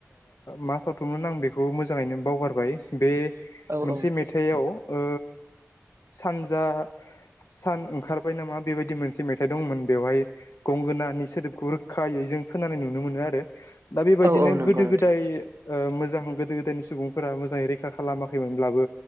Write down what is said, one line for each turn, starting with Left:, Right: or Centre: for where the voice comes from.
Left: मा सावथुनमोन आं बेखौ मोजाङैनो बावगारबाय बे।
Right: औ
Left: मोनसे
Right: औ
Left: मेथाइआव ओ सानजा सान ओंखारबाय नामा बेबायदि मोनसे मेथाइ दंमोन बेवहाय गंगोनानि सोदोबखौ रोखायै जों खोनानाय नुनो मोनो आरो दा बेबायदिनो
Right: औ औ नंगौ
Left: गोदो
Right: नोंथां
Left: गोदाय। ओ मोजां गोदो गोदायनि सुबुंफोरा मोजाङै रैखा खालामाखैमोनब्लाबो